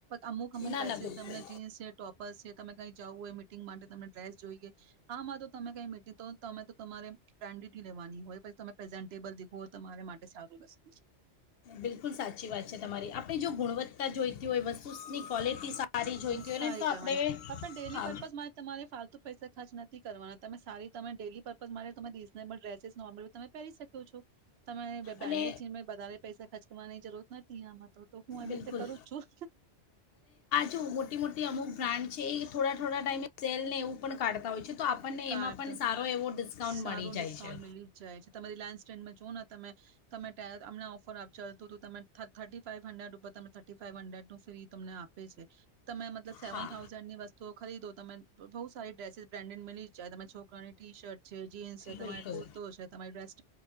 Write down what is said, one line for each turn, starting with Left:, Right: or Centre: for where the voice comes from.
Right: અમુક અમુક
Left: ના
Right: ડ્રેસીસ
Left: ના બિલકુલ
Right: તમે જીન્સ છે, ટોપર્સ છે, તમે કઈ જવું હોય મિટિંગ માટે તમને ડ્રેસ જોઈએ, હામાં તો તમે કઈ મીટિ તો તમે તો તમારે બ્રાન્ડેડ લેવાની હોય, પછી તમે પ્રેઝન્ટેબલ દેખો હોય તમારે માટે સારી વસ્તુ છે.
Left: બિલકુલ સાચી વાત છે તમારી, આપણે જો ગુણવત્તા જોઈતી હોય વસ્તુની. ક્વોલિટી સારી જોઈતી
Right: સારી
Left: હોય ને તો
Right: કરવાની
Left: આપણે
Right: પણ ડેલી
Left: હા
Right: પર્પઝ માં તમારે ફાલતુ. પૈસા ખર્ચ નથી કરવાના, તમે સારી તમે ડેલી પર્પઝ માટે તમે રીઝનેબલ ડ્રેસીસ નોર્મલ તમે પહેરી શકો છો. તમારે બાન્ડેડ
Left: અને
Right: ચીઝમે વધારે પૈસા ખર્ચ. કરવાની જરૂરત નથી આમાં. તો તો હું એવી
Left: બિલકુલ
Right: રીતે કરું જ છું.
Left: તો મોટી મોટી અમુક બ્રાન્ડ છે. એ થોડા થોડા ટાઈમે સેલ ને એવું પણ કાઢતા હોય છે. તો આપણને
Right: કાર
Left: એમાં પણ
Right: તો
Left: સારો એવો ડિસ્કાઉન્ટ
Right: સારું
Left: મળી જાય
Right: ડિસ્કાઉન્ટ
Left: છે.
Right: મિલી જ જાય છે તમે રિલાયન્સ ટ્રેંડમાં જુઓ ને તમે તમે અમને ઓફર આપ ચાલતું તો તમે થર્ટી ફાઈવ હન્ડ્રેડ ઉપર તમે થર્ટી ફાાઈવ હન્ડ્રેડ નું ફ્રી તમને આપે છે. તમે મતલબ સેવન
Left: હા
Right: થાઉઝન્ડ ની વસ્તુ તો ખરીદો તમે બહુ સારી ડ્રેસિસ બ્રાન્ડેડ મલી ચાહે તમારા છોકરા ની ટી શર્ટ છે. જીન્સ છે, તમારી
Left: બિલકુલ
Right: કુર્તો છે, તમારી ડ્રેસ